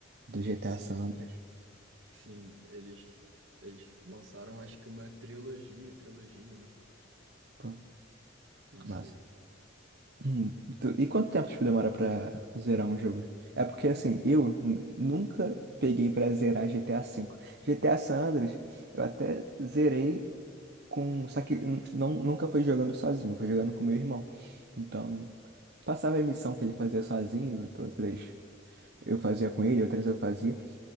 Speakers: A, on the right; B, on the right.
A: do GTA
B: Sim,
A: San Andreas.
B: Sim, eles, eles lançaram acho que uma trilogia, trilogia, né?
A: Pô,
B: Não sei.
A: massa. Hum, tu- E quanto tempo tipo, demora pra zerar um jogo? É porque assim, eu nu- nunca peguei pra zerar GTA V. GTA San Andreas, eu até zerei com. Só que n- não, nunca foi jogando sozinho, foi jogando com meu irmão. Então, passava a missão que ele fazia sozinho, outras eu fazia com ele, outras eu fazia.